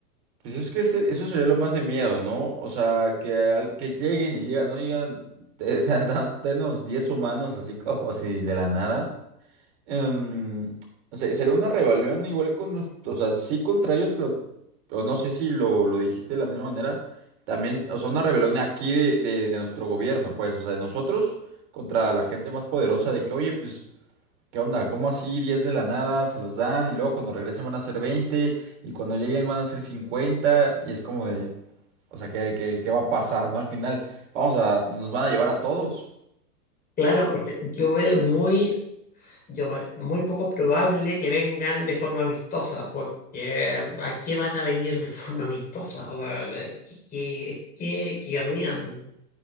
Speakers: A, on the right; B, on the left.
A: Pues es que ese- eso sería lo más de miedo, ¿no? O sea, que, al- que lleguen y digan, oigan, <laughs> de- de- da- denos 10 humanos así como así de la nada. em, o sea, sería una rebelión igual con, nos- o sea, sí contra ellos, pero, o no sé si lo, lo dijiste de la misma manera, también, o sea, una rebelión aquí de, de, de nuestro gobierno, pues, o sea, de nosotros contra la gente más poderosa de que, oye, pues, ¿qué onda? ¿Cómo así 10 de la nada se los dan y luego cuando regresen van a ser 20 y cuando lleguen van a ser 50 y es como de, o sea, ¿qué, qué, qué va a pasar, ¿no? Al final, vamos a, nos van a llevar a todos.
B: Claro, porque yo veo muy, yo veo muy poco probable que vengan de forma amistosa, porque ¿a qué van a venir de <laughs> forma amistosa? O sea, ¿qué, qué- qué querrían?